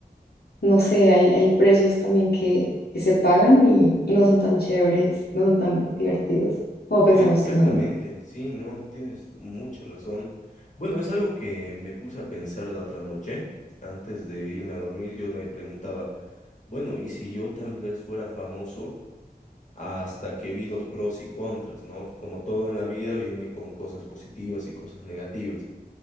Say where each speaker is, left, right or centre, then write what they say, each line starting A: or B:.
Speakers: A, on the left; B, on the left.
A: no sé, hay, hay precios también que, que se pagan y, y no son tan chéveres, no son tan divertidos como pensamos
B: Exactamente,
A: que son.
B: sí, no, tienes mucha razón. Bueno, es algo que me puse a pensar la otra noche. Antes de irme a dormir, yo me preguntaba, bueno, ¿y si yo tal vez fuera famoso? Hasta que vi los pros y contras, ¿no? Como todo en la vida viene con cosas positivas y cosas negativas.